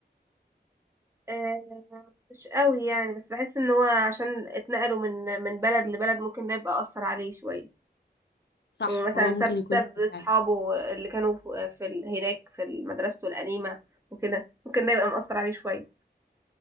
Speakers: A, on the right (about 15°); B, on the left (about 85°).
A: آه، مش قوي يعني بس بحس ان هو عشان اتنقلوا من من بلد لبلد ممكن ده يبقى اثر عليه شويه
B: صح
A: ومثلا
B: هو
A: ساب
B: ممكن
A: ساب
B: يكون كده
A: اصحابه
B: فعلا
A: اللي كانوا في في ال- هناك في مدرسته القديمه وكده ممكن ده يبقى مأثر عليه شويه